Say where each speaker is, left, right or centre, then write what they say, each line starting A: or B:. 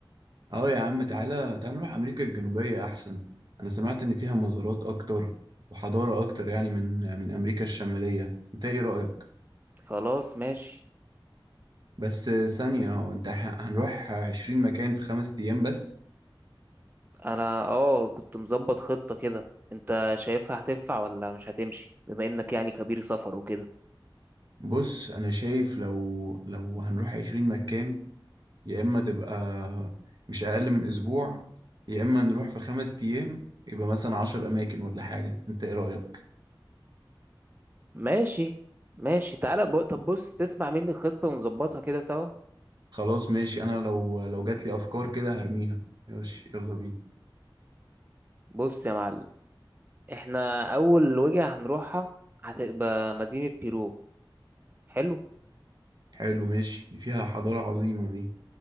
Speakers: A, on the right (about 55°); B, on the right (about 20°).
A: اه يا عم تعالى تعالى نروح امريكا الجنوبية احسن انا سمعت ان فيها مزارات اكتر وحضارة اكتر يعني من من امريكا الشمالية انت ايه رأيك
B: خلاص ماشي
A: بس ثانية هو انت ح- هنروح عشرين مكان في خمس ايام بس
B: انا اه كنت مظبط خطه كده انت شايفها هتنفع ولا مش هتمشي بما انك يعني خبير سفر وكده
A: بص انا شايف لو لو هنروح عشرين مكان يا إما تبقى مش أقل من أسبوع يا إما نروح في خمس أيام يبقى مثلا عشر أماكن ولا حاجة أنت إيه رأيك؟
B: ماشي ماشي تعالى بق... طب بص تسمع مني الخطه ونظبطها كده سوا
A: خلاص ماشي أنا لو لو جات لي أفكار كده هرميها ماشي يلا بينا
B: بص يا معلم احنا اول وجهة هنروحها هتبقى مدينة بيرو حلو
A: حلو ماشي دي فيها حضارة عظيمة دي